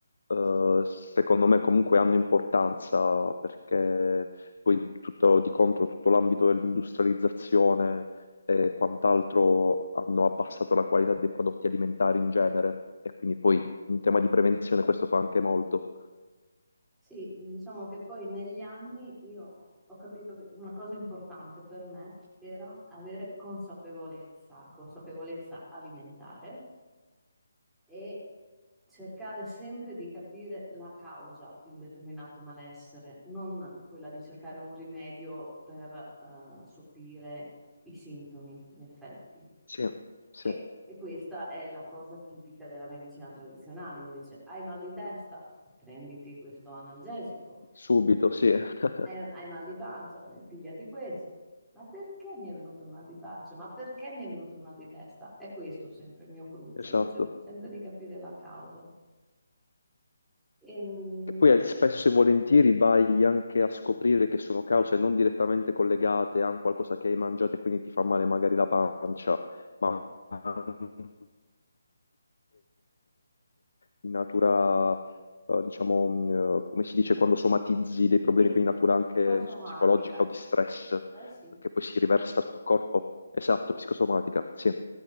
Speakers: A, on the left; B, in the centre.
A: eh,
B: Sì.
A: secondo me comunque hanno importanza perché poi tutto di contro tutto l'ambito dell'industrializzazione e quant'altro hanno abbassato la qualità dei prodotti alimentari in genere e quindi poi in tema di prevenzione questo fa anche molto.
B: Sì, diciamo che poi negli anni io ho capito che una cosa importante per me era avere consapevolezza, consapevolezza alimentare e cercare sempre di capire la causa di un determinato malessere, non quella di cercare un rimedio per eh, sopire i sintomi, gli effetti.
A: Sì, sì,
B: Che, e questa è la cosa tipica della medicina tradizionale, invece. Hai mal di testa? Prenditi questo analgesico.
A: subito, sì, <laughs>
B: Hai, hai mal di pancia? Pre- Pigliati questo. Ma perché mi è venuto il mal di pancia? Ma perché mi è venuto il mal di testa? È questo sempre il mio cruccio.
A: esatto.
B: Io cerco sempre di capire la causa. E
A: E poi
B: non
A: eh, spesso
B: è
A: e volentieri vai anche a scoprire che sono cause non direttamente collegate a un qualcosa che hai mangiato e quindi ti fa male magari la pancia, ma anche in natura, eh, diciamo, mh, eh, come si dice, quando somatizzi dei problemi,
B: sì,
A: quindi in natura
B: psicosomatica.
A: anche, non so, psicologica o di stress,
B: Eh sì,
A: che poi si riversa sul corpo. Esatto, psicosomatica, sì.